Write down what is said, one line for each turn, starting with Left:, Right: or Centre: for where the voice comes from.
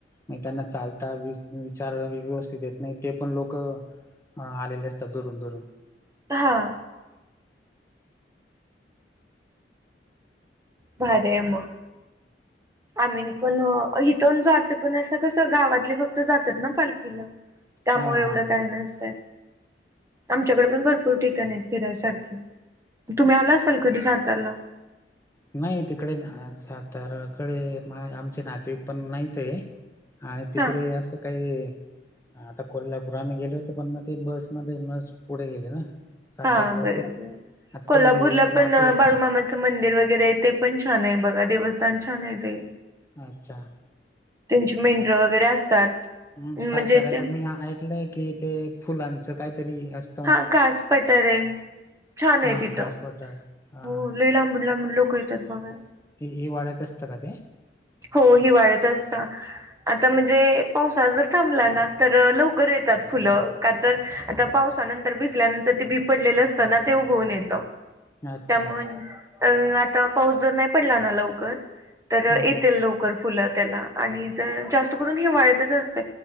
Left: मग त्यांना चालता विचार व्यस् नाही, ते पण लोक आलेले असतात दुरून दुरून
Right: हा. भारी हाय मग आम्ही पण, इथून जात पण असं कसं गावातले फक्त जातात ना पालखीला. त्यामुळे
Left: हा
Right: एवढं काही नसतंय. आमच्याकडं पण भरपूर ठिकाण आहेत फिरायसारखे. तुम्ही आला असाल कधी सातारला?
Left: नाही तिकडे सातार्याकडे, आमचे नातेवाईक पण नाहीच आहे. आणि तिकडे
Right: हा
Left: असं काही आता कोल्हापूर आम्ही गेले होते, पण मग ते बसमध्ये बस पुढे गेले ना. सातारला
Right: हा बरोबर.
Left: असं आता
Right: कोल्हापूरला
Left: कोणी
Right: पण
Left: नातेवाईक
Right: बाळूमामा च मंदिर वगैरे आहे ते पण छान आहे बघा, देवस्थान छान आहे ते.
Left: अच्छा!
Right: तेंची मेंढर वगैरे असतात.
Left: हम्म
Right: म्हणजे
Left: साताऱ्याला
Right: ते
Left: मी ऐकलंय की ते फुलांच काहीतरी अस
Right: हा, कास पटर आहे. छान
Left: हा
Right: आहे तिथं.
Left: कास पठार हा
Right: हो लई लांबुन लांबुन लोक येतात बघायला.
Left: हे हे वाढतं असं का ते?
Right: हो हिवाळ्यात असतं. आता म्हणजे पावसाळ जर थांबला ना तर लवकर येतात फुलं का तर आता पावसानंतर भिजल्यानंतर, ते बी पडलेलं असत ना ते उगऊन येतं.
Left: अच्छा
Right: त्यामुळे अं आता पाऊस जर नाही पडला ना लवकर, तर
Left: हा
Right: इत
Left: हा.
Right: लवकर फुलं त्याला आणि जर जास्त करून हिवाळ्यातच असते.